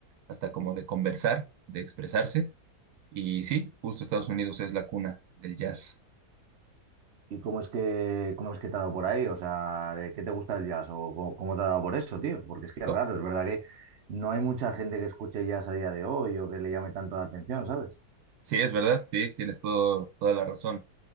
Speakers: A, on the right; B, on the right.
A: hasta como de conversar, de expresarse. Y sí, justo Estados Unidos es la cuna del jazz.
B: ¿Y cómo es que, cómo es que te ha dado por ahí? O sea, ¿de ¿qué te gusta el jazz? ¿O cómo, cómo te ha dado por eso, tío? Porque es que es
A: Co-
B: raro, es verdad que no hay mucha gente que escuche jazz a día de hoy o que le llame tanto la atención, ¿sabes?
A: Sí, es verdad, sí, tienes todo, toda la razón.